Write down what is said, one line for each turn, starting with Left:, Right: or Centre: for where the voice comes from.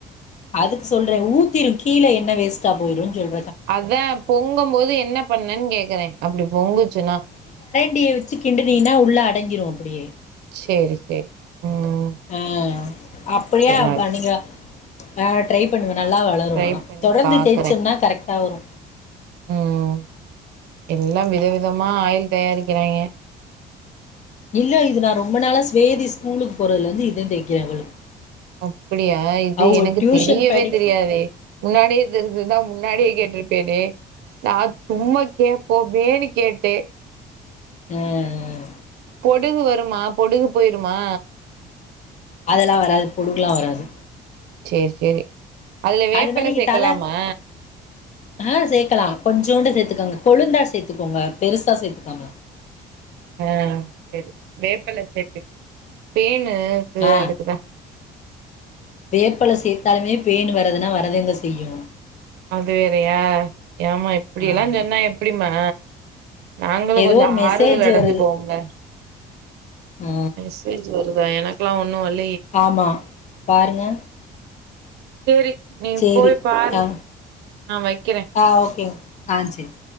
Left: அதுக்கு சொல்றே ஊத்திரு கீழ எண்ணெ வேஸ்ட்டா போயிருன் சொல்
Right: அதா பொங்கம்போது என்ன பண்ணன் கேக்குறே அப்டி பொங்குச்சுனா
Left: ண்டிய வச்சு கிண்டுனீனா உள்ள அடங்கிரு அப்டியே
Right: சேரி சேரி ம்
Left: அ அப்புடியா
Right: சரி
Left: அப்ப
Right: நா
Left: நீங்க ஆ ட்ரை பண்ணுவே நல்லா வளரு
Right: ட்ரை
Left: ஆனா
Right: பண்ணி
Left: தொடர்ந்து
Right: பாக்குறே
Left: தேய்ச்சம்னா கரெக்டா வரு
Right: ம் எல்லாம் விதவிதமா ஆயில் தயாரிக்கிறாங்கெ
Left: இல்ல இது நா ரொம்ப நாளா ஸ்வேதி ஸ்கூலுக்கு போறதுல இருந்து இதே தேக்கிறே அவளுக்கு
Right: அப்பிடியா இது
Left: அவ
Right: எனக்கு
Left: டியூஷன்
Right: தெரியவே
Left: படி
Right: தெரியாதே முன்னாடியே தெரிஞ்சிருந்த முன்னாடியே கேட்டிருப் பேனே நா சும்மா கேட்போமேன்னு கேட்டே
Left: ம் ம்
Right: பொடுகு வருமா பொடுகு போயிருமா
Left: அதெல்லா வராது பொடுகுலா வராது
Right: சேர் சேரி அதுல வேப்பில
Left: அது மாரி நீங்க
Right: சேக்கலாமா
Left: தல ஆ சேக்கலா கொஞ்சோண்டு சேத்துக்கங்க கொழுந்தா சேத்துக்கோங்க பெருசா சேத்துக்காம
Right: ஆ செரி வேப்பல சேத்துக் தேன் க்கு
Left: ஆ
Right: அதுக்குதா
Left: வேப்பல சேத்தாலுமே பேனு வரதுனா வரதாங்க செய்யு
Right: அது வேறையா ஏமா இப்டியெல்லா
Left: ஆமா
Right: சொன்னா எப்டிம்மா நாங்களு
Left: ஏதோ
Right: கொஞ்ச
Left: ஒரு மெசேஜ்
Right: ஆறுதல் அடஞ்சுக்கோம்ல
Left: வருது ஆ
Right: மெசேஜ் வருதா எனக்குலா ஒன்னு வல்
Left: ஆமா பாருங்க
Right: சரி நீ
Left: சேரி
Right: போய் பாரு
Left: அ
Right: நான் வைக்கிறேன்
Left: ஆ ஓகேங் ஆ சேரி